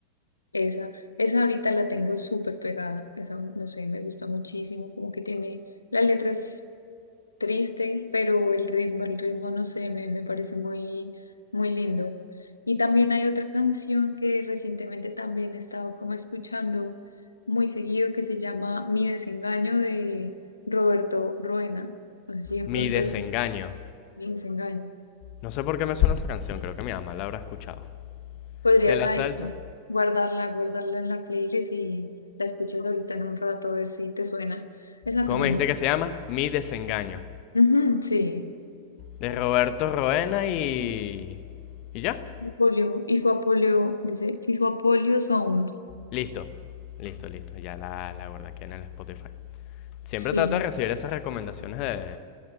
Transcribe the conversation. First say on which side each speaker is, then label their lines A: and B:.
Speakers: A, on the left (about 80°); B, on the left (about 40°).
A: esa, esa ahorita la tengo súper pegada. Esa, no sé, me gusta muchísimo, como que tiene las letras triste, pero el ritmo, el ritmo, no sé, me, me parece muy, muy lindo. Y también hay otra canción que recientemente también he estado como escuchando muy seguido que se llama Mi desengaño de Roberto Ruena No sé si de
B: Mi
A: pronto
B: desengaño.
A: le gusta Mi desengaño.
B: No sé por qué me suena esa canción, creo que mi mamá la habrá escuchado.
A: Podrías
B: De la
A: ahí
B: salsa,
A: guardarla, guardarla en la playlist y la escuchas ahorita en un rato a ver si te suena. Esa
B: ¿cómo
A: también
B: me dijiste
A: me...
B: que se llama? Mi desengaño.
A: Ujú, sí.
B: De Roberto Roena y... ¿Y ya?
A: Apolio, y su Apolio, dice, y su Apolio Sound.
B: Listo. Listo, listo. Ya la, la guardé aquí en el Spotify. Siempre
A: Sí,
B: trato de recibir esas recomendaciones de,